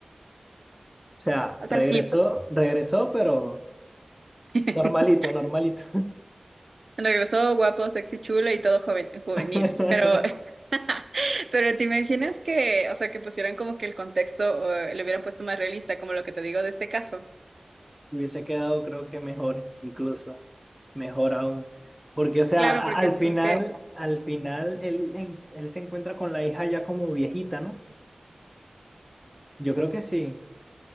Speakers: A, in the centre; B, on the right.
A: O sea,
B: O
A: regresó,
B: sea, sí,
A: regresó, pero
B: <laughs>
A: normalito, normalito.
B: regresó guapo, sexy, chulo y todo joven, juvenil,
A: <laughs>
B: pero, <laughs> pero te imaginas que, o sea, que pusieran como que el contexto, eh, le hubieran puesto más realista, como lo que te digo de este caso.
A: Hubiese quedado, creo que mejor, incluso, mejor aún. Porque, o sea,
B: Claro,
A: a-
B: porque
A: al
B: es como
A: final,
B: que...
A: al final, él, en- él se encuentra con la hija ya como viejita, ¿no? Yo creo que sí.